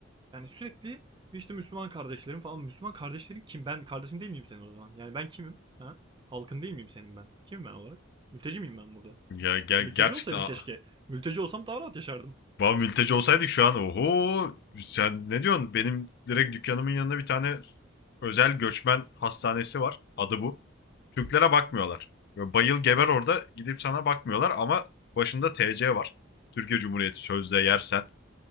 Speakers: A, on the right; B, on the left.
A: Yani sürekli işte Müslüman kardeşlerim falan. Müslüman kardeşlerin kim? Ben kardeşin değil miyim senin o zaman? Yani ben kimim? Ha? Halkın değil miyim senin ben? Kimim ben olarak? Mülteci miyim ben burada?
B: Ya ger-
A: Mülteci
B: gerçekten
A: olsaydım keşke. Mülteci olsam daha rahat yaşardım.
B: Vallahi mülteci olsaydık şu an oho sen ne diyorsun? Benim direkt dükkanımın yanında bir tane özel göçmen hastanesi var. Adı bu. Türklere bakmıyorlar. Böyle bayıl geber orada gidip sana bakmıyorlar ama başında TC var. Türkiye Cumhuriyeti sözde yersen